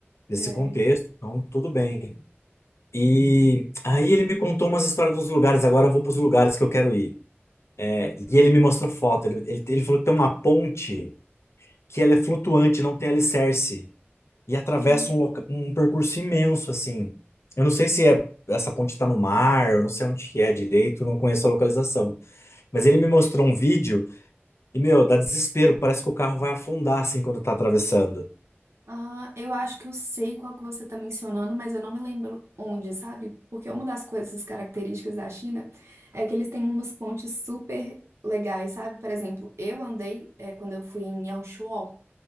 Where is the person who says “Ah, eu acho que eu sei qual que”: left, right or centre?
Right